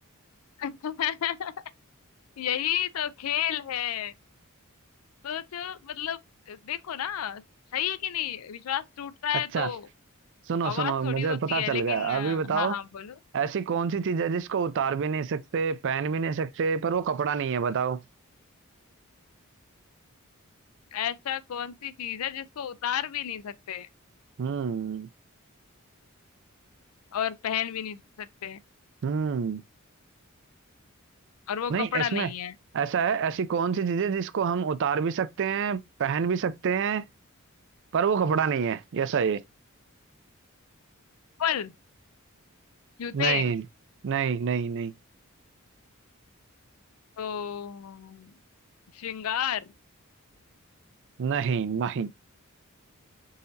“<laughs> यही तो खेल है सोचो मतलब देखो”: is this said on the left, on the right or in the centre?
Left